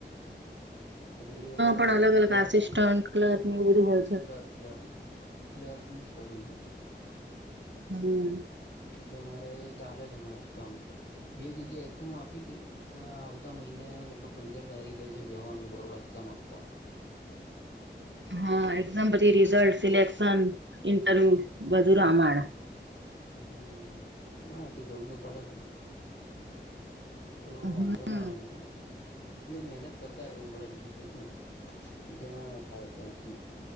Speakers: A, on the left; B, on the right.
A: રેલવેમાં
B: પણ
A: જે
B: અલગ અલગ
A: ક્લારકમાં
B: આસિસ્ટન્ટ ક્લર્ક એવું બધું હોય છે
A: ક્લારક-ક્લક ક્લર્ક નીજ કરું છું.
B: હમ
A: એટલે મારે ચાલે છે, હમણાં એક્ઝામ બે જગ્યાએ એક્ઝામ આપી હતી. હવે આવતા મહિને લગભગ પંદર તારીખે છે, જવાનું છે, બરોડ એક્ઝામ આપવા.
B: હા એક્ઝામ પછી રિઝલ્ટ સિલેક્શન ઇન્ટરવ્યુ
A: હમ
B: બધુ રામાણ
A: હમ ના તો જોવું તો પડે જ ને તો વાંધો
B: હમ
A: ના આમ એમ તો એટલે મહેનત કરતા રહેવું પડે બીજું તો શું જ્યાં થાય ત્યાં ઠીક.